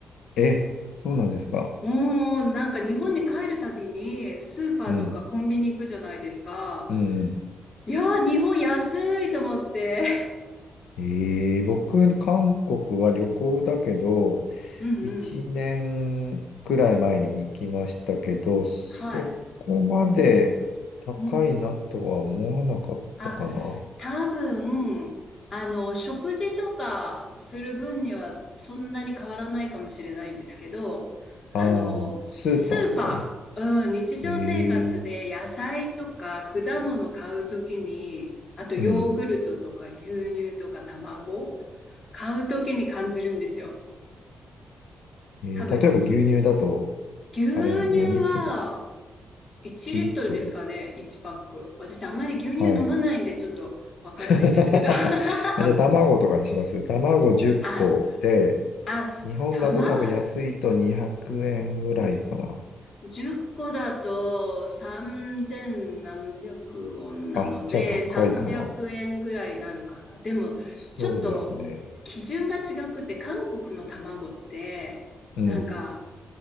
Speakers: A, on the left; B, on the left.
A: え、そうなんですか。
B: おーん、なんか日本に帰るたびにスーパーとかコンビニ行くじゃないですか。
A: うん、うん、うん。
B: いやー、日本安いと思って。
A: えー僕、韓国は旅行だけど、
B: <laughs> うんうん。
A: 一年くらい前に行きましたけど、そこまで高いなとは思わなかったかな。
B: はい。うん。あ、多分、あの、食事とかする分にはそんなに変わらないかもしれないんですけど、あの、
A: ああ、スーパーとか
B: スーパー、うん、日常生活で野菜とか果物買うときに、
A: ええ
B: あとヨーグルトとか牛乳とか卵、
A: うん。
B: 買うときに感じるんですよ。
A: ええ例えば牛乳だと、
B: 多分、牛乳は
A: あれ何リットル
B: 1リットルですかね、
A: ?1 リットル
B: 1パック。私あんまり牛乳飲まないんでちょっとわかんないんですけど。
A: はい。<laughs>
B: <laughs>
A: じゃあ卵とかにします。卵10個で、
B: あ、あ、す玉
A: 日本だと多分安いと200円ぐらいかな。
B: 10個だと3千何百ウォンなので300円ぐらいになるかな。
A: あ、じゃあ高いかな。
B: でもちょっと基準が違くて韓国の卵ってなんか
A: そうですね。うん。